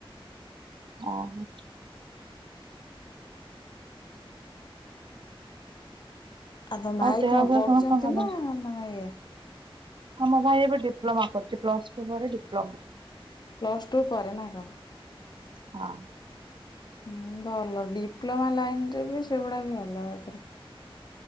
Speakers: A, on the right; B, on the left.
A: ଓ ହଁ।
B: ଆଉ ତମ ଭାଇ
A: ଦେହ
B: କଣ
A: ଫେହ
B: ପଢୁଛନ୍ତି
A: ସମସ୍ତଙ୍କ
B: ନା
A: ଭଲ?
B: ବାହା ହେଇ
A: ହଁ ମୋ ଭାଇ ଏବେ ଡିପ୍ଲୋମା କରୁଛି ପ୍ଲସ ଟୁ ପରେ ଡିପ୍ଲୋମା
B: ପ୍ଲସ ଟୁ ପରେ ନା କଣ।
A: ହଁ।
B: ହୁଁ ଭଲ ଡିପ୍ଲୋମା ଲାଇନରେ ବି ସେଗୁଡା ବି ଭଲ ଏଥିରେ।